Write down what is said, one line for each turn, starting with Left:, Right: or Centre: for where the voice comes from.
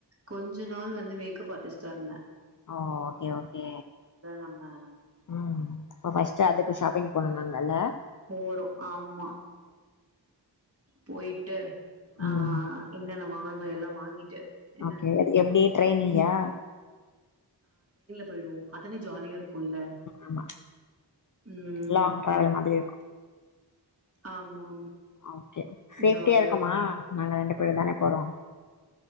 Right: கொஞ்ச நாள் வந்து மேக்கப் ஆர்டிஸ்ட். சொன்ன
Left: ஓ.. ஒகே ஒகே
Right: நம்ம
Left: ம் அப்ப பஸ்ட்டு அதுக்கு ஷாப்பிங் போனோனாங்கள்ல்ல
Right: போறு ஆமா போயிட்டு
Left: ம்
Right: ஆ என்னென்ன வாங் ஆம எல்லா வாங்கிட்டு என்ன
Left: ஓகே எப்டி ட்ரெயின்ல்லயா
Right: போய்டுவோ அதானே ஜாலியா இருக்குல்ல
Left: ஆமா
Right: உம்..
Left: லாங் டிராவல் மாதிரி
Right: ஆமா
Left: ஒகே சேப்டியா
Right: ஜாலியா
Left: இருக்குமா
Right: இருக்கு
Left: நாங்க ரெண்டு அப்பழுதானே போறோ